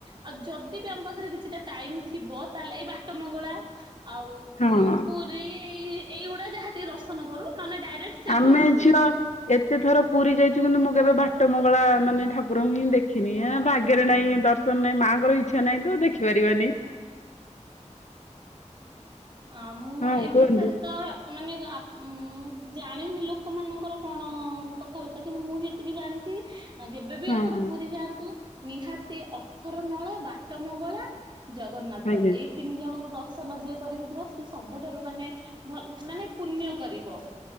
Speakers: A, on the right; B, on the left.
A: ଆଉ ଯଦି ବି ଆମ ପାଖରେ କିଛିଟା ଟାଇମ ଥିବ ତାହେଲେ ଏଇ ବା ଟମଙ୍ଗଳା ଆଉ
B: ହଁ ହଁ
A: ପୁରୀ ଏଇଗୁଡା ଯାହା ଟେ ଦର୍ଶନ କରୁ। ନହେଲେ ଡାଇରେକ୍ଟ ସେଇଠୁ
B: ଆମେ
A: ଆସୁ।
B: ଝିଅ ଏତେ ଥର ପୁରୀ ଯାଇଛୁ କିନ୍ତୁ ମୁଁ କେବେ ବାଟ ମଙ୍ଗଳା ମାନେ ଠାକୁରଙ୍କୁ ହିଁ ଦେଖିନି। ଏ ଭାଗ୍ୟରେ ନାହିଁ ଦର୍ଶନ ନାହିଁ ମାଙ୍କର ଇଚ୍ଛା ନାହିଁ ତ ଦେଖିପାରିବାନି।
A: ଆ ମୁଁ
B: ହଁ
A: ଏ
B: କୁହନ୍ତୁ
A: ବିଷୟରେ ତ ମାନେ ଆ ଜାଣିନି ଲୋକମାନଙ୍କର କଣ କଥାବାର୍ତ୍ତା କିନ୍ତୁ ମୁଁ ଯେତିକି ଜାଣିଚି ଆ ଯେବେବି
B: ହଁ
A: ଆପଣ
B: ହଁ
A: ପୁରୀ ଯାଆନ୍ତୁ ନିହାତି ଅଠର ନଳା ବାଟ ମଙ୍ଗଳା ଜଗ ନାଥ
B: ଆଜ୍ଞା
A: ଏଇ ତିନି ଜଣଙ୍କୁ ଦର୍ ର୍ସନ ଯିଏ କରିକି ଯିବ ସି ସବୁଠାରୁ ମାନେ ଭ ମାନେ ପୁଣ୍ୟ କରିବ।